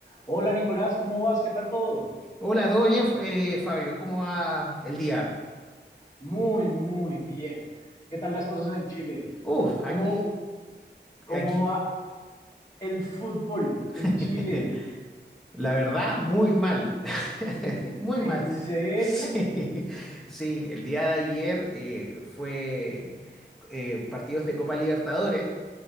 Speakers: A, on the left; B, in the centre.
A: Hola Nicolás, ¿cómo vas? ¿Qué tal todo?
B: Hola, ¿todo bien, F- eh, Fabio? ¿Cómo va el día?
A: Muy, muy bien. ¿Qué tal las cosas en Chile?
B: Uf,
A: ¿Cómo,
B: aquí,
A: cómo
B: aquí,
A: va el fútbol
B: <laughs>
A: en Chile?
B: la verdad, muy mal, <laughs> muy
A: ¿En
B: mal.
A: serio?
B: Sí, sí, el día de ayer eh, fue eh, partidos de Copa Libertadores